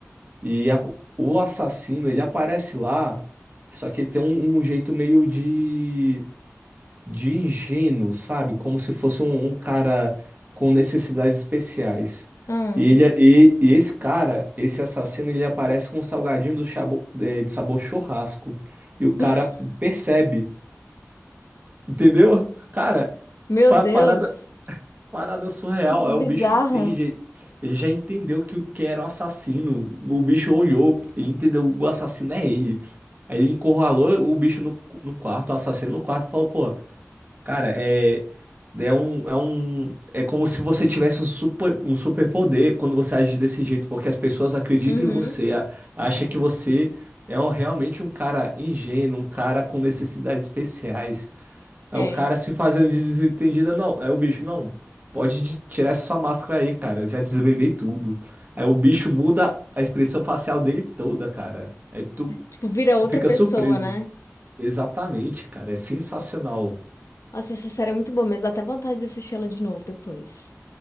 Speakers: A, on the right; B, on the left.
A: E a- o assassino, ele aparece lá, só que ele tem um um jeito meio de de ingênuo, sabe? Como se fosse um, um cara com necessidades especiais.
B: Hum.
A: E, ele, é, e, e esse cara, esse assassino, ele aparece com um salgadinho do chabo- eh, de sabor churrasco. E o cara
B: <laughs>
A: percebe, entendeu? <laughs> Cara,
B: Meu
A: pa-
B: Deus.
A: parada, parada surreal.
B: Coisa
A: Aí
B: Bizarra.
A: o bicho entende. Ele já entendeu que o- quem era o assassino. O bicho olhou, ele entendeu, o assassino é ele. Aí ele encurralou o bicho no, no quarto, o assassino no quarto, e falou, pô, Cara, é, é um, é um, é como se você tivesse um super, um super poder quando você age desse jeito, porque as pessoas acreditam
B: Uhum.
A: em você, a- acha que você é um- realmente um cara ingênuo, um cara com necessidades especiais. Aí
B: É.
A: o cara se fazendo de desentendido, não, é o bicho, não, pode de- tirar essa sua máscara aí, cara, eu já desvendei tudo. Aí o bicho muda a expressão facial dele toda, cara. Aí tu,
B: Tipo, vira
A: tu
B: outra
A: fica
B: pessoa,
A: surpreso.
B: né?
A: Exatamente, cara, é sensacional.
B: Nossa, essa série é muito boa mesmo. Dá até vontade de assistir ela de novo depois.